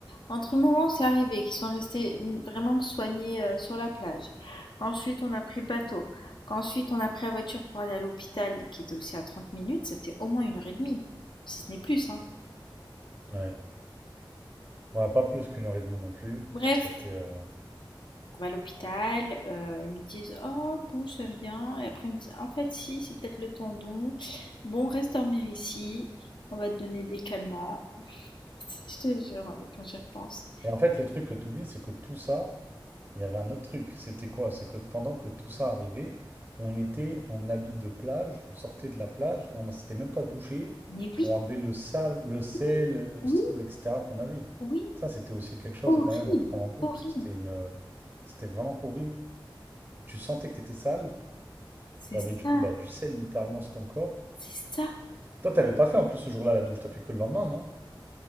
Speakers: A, on the left (about 65°); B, on the right (about 30°).
A: entre le moment où c'est arrivé, qu'ils sont restés mm, vraiment soignés euh, sur la plage, qu'ensuite on a pris le bateau, qu'ensuite on a pris la voiture pour aller à l'hôpital qui était aussi à 30 minutes, c'était au moins une heure et demie, si ce n'est plus, hein.
B: Ouais. Ouais, pas plus qu'une heure et demie non plus,
A: Bref,
B: parce que ça a été... euh,
A: On va à l'hôpital, heu, ils me disent: «Oh bon, c'est rien» et après ils me disent: «En fait si, c'est peut-être le tendon. Bon, reste dormir ici, on va te donner des calmants». <laughs> Je te jure, mais quand j'y repense.
B: Et en fait, le truc que t'oublies, c'est que tout ça, Il y avait un autre truc, c'était quoi? C'est que pendant que tout ça arrivait, on était en habit de plage, on sortait de la plage, on ne s'était même pas douché
A: Mais
B: pour
A: oui,
B: enlever le sable, le sel,
A: oui,
B: le
A: oui,
B: sable, etc. qu'on avait.
A: oui,
B: Ça, c'était aussi quelque chose
A: horrible,
B: quand même à prendre en compte,
A: horrible.
B: parce que c'était une, c'était vraiment horrible. Tu sentais que tu étais sale,
A: C'est
B: tu avais du
A: ça,
B: coup bah, du sel littéralement sur ton corps.
A: c'est ça
B: Toi, t'avais pas fait en plus ce jour-là la douche, t'as fait que le lendemain, non?